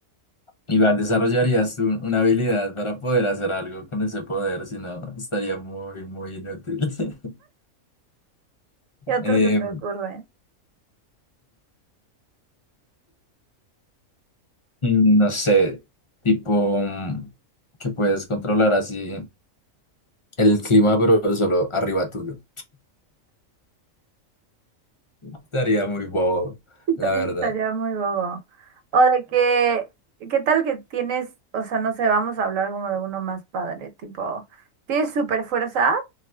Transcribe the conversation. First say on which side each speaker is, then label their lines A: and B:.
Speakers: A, on the left; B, on the right.
A: Igual desarrollarías tú una habilidad para poder hacer algo con ese poder, si no, estaría muy, muy inútil. <laughs>
B: ¿Qué otro
A: Eh,
B: se te ocurre?
A: no sé, tipo mm, que puedes controlar así el clima, pero solo arriba tuyo. Estaría muy bobo,
B: <laughs> Sí,
A: la
B: También
A: verdad.
B: estaría muy bobo. O de que, ¿qué tal que tienes, o sea, no sé, vamos a hablar como de uno más padre, tipo, tienes super fuerza,